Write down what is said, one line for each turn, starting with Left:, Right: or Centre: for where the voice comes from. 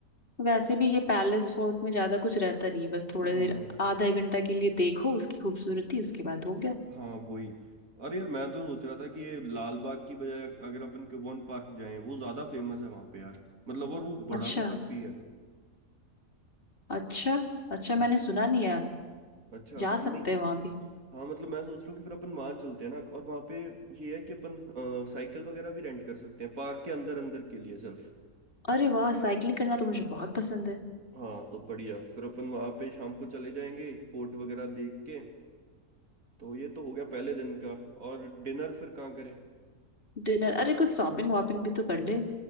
Left: वैसे भी ये पैलेस फोर्ट में ज्यादा कुछ रहता नहीं है, बस थोड़ी
Right: हाँ
Left: देर आधा एक घंटा के लिए देखो उसकी खूबसूरती उसके बाद हो गया
Right: हाँ वही अरे यार मैं तो सोच रहा था कि ये लाल बाग की बजाय अगर अपन क्यूबॉन पार्क जाएं वो ज्यादा फेमस है वहां पे यार मतलब और वो
Left: अच्छा
Right: बड़ा भी काफी है
Left: अच्छा अच्छा
Right: हाँ
Left: मैंने सुना नहीं यार
Right: अच्छा
Left: जा
Right: हाँ
Left: सकते
Right: नहीं
Left: हैं वहां भी
Right: हाँ मतलब मैं सोच रहा हूँ कि फिर अपन वहां चलते हैं ना और वहां पे ये है कि अपन अ, साइकिल वगैरह भी रेंट कर सकते हैं पार्क के अंदर अंदर के लिए सिर्फ
Left: अरे वाह साइकिलिंग करना तो मुझे बहुत पसंद है
Right: हाँ तो बढ़िया फिर अपन वहां पे शाम को चले जाएंगे फोर्ट वगैरह देख के तो ये तो हो गया पहले दिन का और डिनर फिर कहाँ करें
Left: डिनर अरे कुछ शॉपिंग वॉपिंग भी तो कर ले